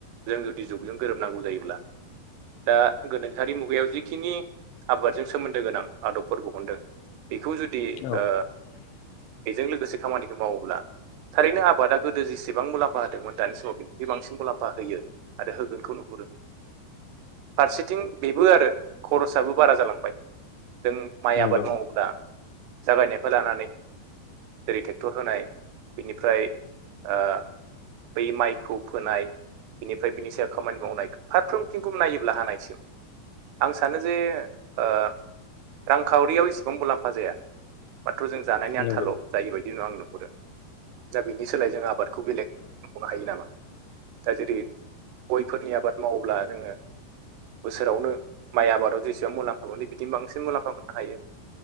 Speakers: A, on the right (about 80°); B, on the left (about 80°).
A: जों जुदि जुगजों गोरोबनांगौ जायोब्ला दा गोनोखोआरि मुगायाव जिखिनि आबादजों सोमोन्दो गोनां आदबफोरबो हनदों बेखौ जुदि
B: औ
A: ओ बेजों लोगोसे खामानिखौ मावो ला थारैनो आबादा गोदो जेसेबां मुलाम्फा होदोंमोन दानि समाव बिनिसे बांसिन मुलाम्फा होयो आरो होगोनखौ नुहुरो फारसेथिं बेबो आरो खरसाबो बारा जालांबाय जों माइ
B: नंगौ
A: आबाद मावोब्ला जागायनायनिफाय लानानै जेरै ट्रेक्टर होनाय बिनिफ्राय ओ बै माइखौ फोनाय बेनिफ्राय बिनि सायाव खामानि मावनाय फारफ्रोमथिंखौ नायोब्ला हानायसिम आं सानो जे ओ रांखावरियाव एसेबां मुलाम्फा खाजाया बाथ' जों जानायनि आन्थाल'
B: नंगौ
A: जायो बायदि आं नुहरो। दा बिनि सोलाय जों आबादखौ बेलेग मावबावनो हायो नामा दा जेरै गयफोरनि आबाद मावब्ला जोङो बोसोरावनो माइ आबादाव जेसेबां मुलामफा मोनदों बिदिनो बांसिन मुलाम्फा मोननो हायो।